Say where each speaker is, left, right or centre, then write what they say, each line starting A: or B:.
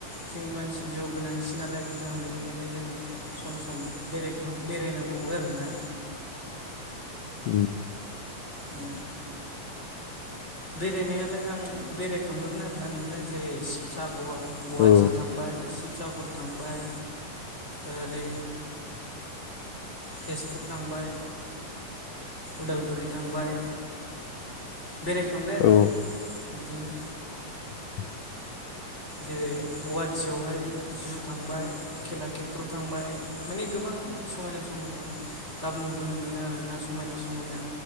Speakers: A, on the left; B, on the left.
A: जोंनि मानसिनि जिउआव गोनांथि नालाय नोंथां बेनिखायनो जों सम सम बेरायखां बेरायनांगौबो आरोना
B: ओम
A: ओ बेरायनायालाय आं बेराय खांबायमोन आरोना नोंथां जेरै शिबसागर गुवाहाटि
B: औ
A: थांबाय सिब शिबसागर थांबाय ओरै तेजपुर थांबाय उदालगुरि थांबाय बेरायखांबाय आरो
B: औ
A: बिदिनो
B: <unintelligible>
A: जेरै गुवाहाटियावहाय जु थांबाय खेला खेथ्र थांबाय माने गोबां समायना समायना गाब नुबोनो मोनो आरोना समायना समायना